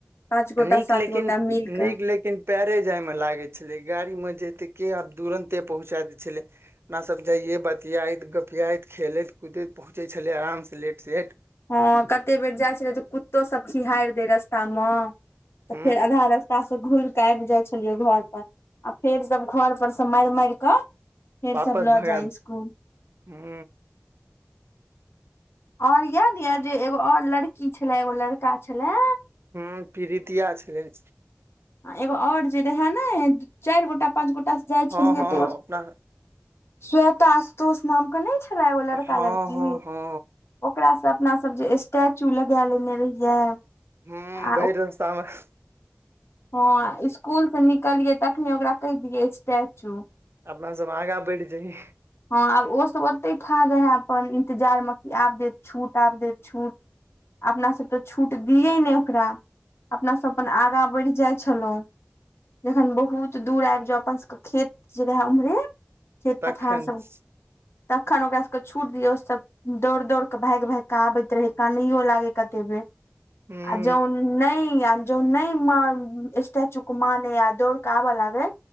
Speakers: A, on the left; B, on the right.
A: पाँच गोटा
B: नीक
A: सात
B: लेकिन
A: गोटा मिल
B: नीक
A: कऽ
B: लेकिन पैरे जाय मऽ लागे छलै गाड़ी में जेते के आब तुरन्ते पहुँचा दै छलैय अपनासभ जइयै बतियाइत गपियाइत खेलैत कुदैत पहुँचैत छलै आरामसँ लेट सेट
A: हँ कते बेर जाइ छले तऽ कुत्तो सब खिहारहारि दे रास्ता मे तऽ
B: हूं
A: फेर आधा रास्ता <unintelligible> घूुर केऽ आबि जाइ छलियै घर पर आ फेर जब घर पर से मारि मारि कऽ फेर
B: वापस
A: सब लऽ
B: भगा
A: जाय स्कुल
B: हू
A: आओर याद य जे एगो आओर लड़की छलए एगो लड़का छलए
B: हू पीरितिया छले
A: एगो आओर जे रहय नऽ चारि गोटा पच गोटा जाइ छलये
B: हँ हँ
A: तऽ
B: अपना
A: स्वेता आशुतोष नाम कऽ नहि छलै एगो लड़का
B: हँ
A: लड़की
B: हँ हँ
A: ओकरासँ अपना सब जे स्टैचू लगा लेने रहियै
B: हू
A: आ
B: भेर रास्ता मऽ
A: हँ स्कुल सऽ निकलियै तखने ओकरा कहि दियै स्टेचू
B: अपना सब आगा बेड जाये
A: हँ आब ओसभ ओतहि ठा रह है अपन इन्तजारमे कि आब देत छूट आब देत छूट अपनासभ तऽ छूट दियै नहि ओकरा अपना सभ अपन आगाँ बढ़ि जाइ छलहुँ जखन बहुत दूर आबि जाो अपन सबके खेत जे रहै ओम्हरे खेत
B: तखन
A: पथार सब तखन ओकरा सब कऽ छूट दिय ओ सब दौड़ दौड़ कऽ भागि भागि कऽ आबैत रहै कानैयो लागे कतेक बेर
B: हूं
A: जो नहि अयल जो नहि म स्टेचू को मानेय दौड़ कऽ आबऽ लागेय